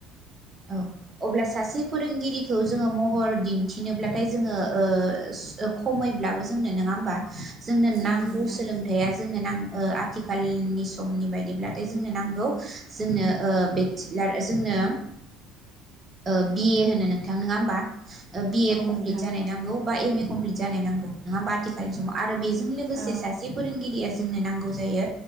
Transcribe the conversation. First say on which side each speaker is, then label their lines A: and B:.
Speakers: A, on the right (about 30°); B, on the right (about 75°).
A: औ अब्ला सासे फोरोंगिरिखौ जोङो म हर दिन्थिनोब्लाथाय जोङो ओ खमैब्लाबो जोंनो नङा होमबा? जोंनो नांगौ
B: औ नोंथां
A: सोलोंथाइया जोंनो नां ओ आथिखालनि समनि बायदिब्लाथाय जोंनो नांगौ। जोंनो ओ बेसिलार जोंनो ओ बिए होनो नोंथां नङा होमबा? बि ए
B: औ
A: कमप्लिट
B: नोंथां
A: जानाय नांगौ बा एम ए कमफ्लिट जानाय नांगौ नङा होनबा आथिखालनि समाव आरो बे जों लोगोसे
B: औ
A: सासे फोरोंगिरिया जोंनो नांगौ जायो